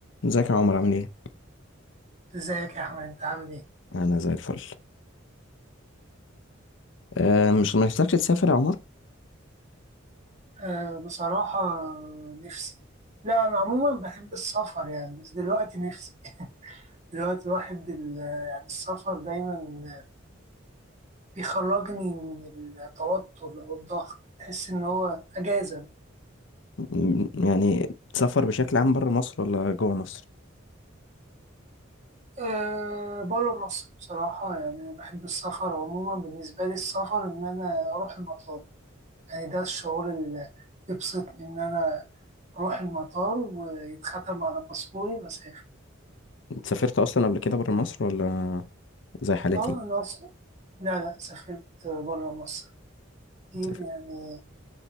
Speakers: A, on the left; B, on the right.
A: ازيك يا عمر عامل ايه؟
B: ازيك يا احمد انت عامل ايه
A: انا زي الفل أه مش نفسكش تسافر يا عمر؟
B: أه بصراحة نفسي لا انا عموما بحب السفر يعني بس دلوقتي نفسي دلوقتي الواحد ال- يعني السفر دايما بيخرجني من التوتر او الضغط تحس ان هو اجازة بقى
A: م- يعني تسافر بشكل عام بره مصر ولا جوه مصر؟
B: أه بره مصر بصراحة يعني أنا بحب السفر عموما بالنسبة لي السفر إن أنا أروح المطار يعني ده الشعور اللي بيبسطني إن أنا أروح المطار ويتختم على باسبوري وأسافر
A: انت سافرت اصلا قبل كده بره مصر ولا زي حالاتي؟
B: اه الأقصر لا لا سافرت برا مصر كتير
A: سافرت
B: يعني